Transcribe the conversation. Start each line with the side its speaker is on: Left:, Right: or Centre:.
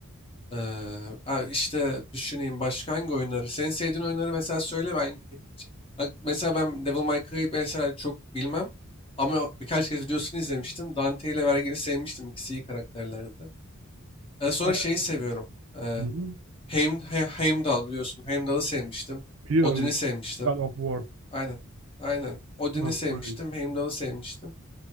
Left: Ee, ha, işte düşüneyim başka hangi oyunları. Senin sevdiğin oyunları mesela söyle ben. hiç- Bak, mesela ben Devil May Cry'ı mesela çok bilmem. Ama birkaç kez videosunu izlemiştim. Dante ile Vergil'i sevmiştim. İkisi iyi karakterlerdi. Ee, sonra
Right: Ee,
Left: şeyi seviyorum. Ee,
Right: hı hı.
Left: Heim- He- Heimdall biliyorsun. Heimdall'ı sevmiştim.
Right: Biliyorum.
Left: Odin'i sevmiştim.
Right: God of War.
Left: Aynen. Aynen. Odin'i
Right: God of
Left: sevmiştim.
Right: War değil.
Left: Heimdall'ı sevmiştim.